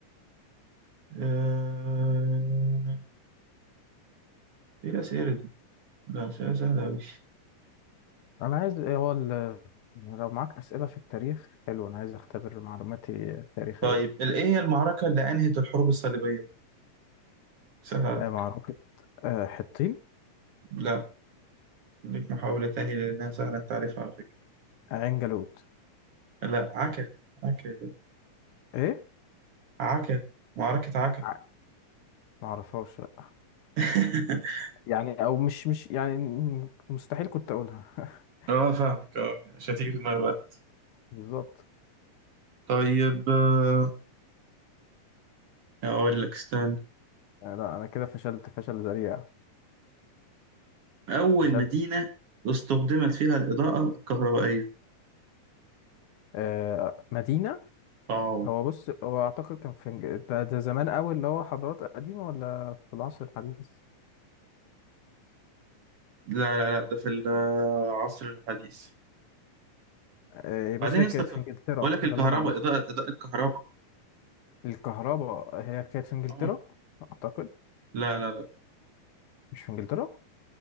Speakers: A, on the right (about 55°); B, on the left (about 75°).
A: آه إيه الأسئلة دي؟ لا أسئلة سهلة أوي
B: انا عايز إيه هو ال- لو معاك اسئله في التاريخ حلو انا عايز اختبر معلوماتي التاريخيه
A: طيب ال- إيه هي المعركة اللي أنهت الحروب الصليبية؟ سهلة على
B: آه،
A: فكرة
B: معركه آه، حطين
A: لا ليك محاولة تانية لأنها سهلة أنت عارفها على فكرة
B: آه، عين جالوت
A: لا عكا عكا يا جدع.
B: ايه
A: عكا معركة عكا
B: ع- ما اعرفهاش لأ.
A: <laughs>
B: يعني او مش مش يعني مستحيل كنت اقولها <laughs>
A: اه فاهمك اه مش هتيجي في دماغي الوقت
B: بالظبط
A: طيب آه، أقول لك استنى
B: لا انا كده فشلت فشل ذريع
A: أول
B: فشلت
A: مدينة استخدمت فيها الإضاءة الكهربائية
B: آه مدينة
A: اه
B: هو بص هو اعتقد كان في إنج- ده, ده زمان قوي اللي هو حضارات قديمة ولا في العصر الحديث
A: لا لا لا ده في العصر الحديث
B: آه بص
A: بعدين
B: هي
A: يا اسطى
B: كانت في انجلترا
A: بقول لك
B: ده
A: الكهرباء
B: اللي انا اعرفه
A: إضاءة إضاءة كهرباء
B: الكهرباء هي كانت في انجلترا
A: اه
B: اعتقد
A: لا لا لا
B: مش في انجلترا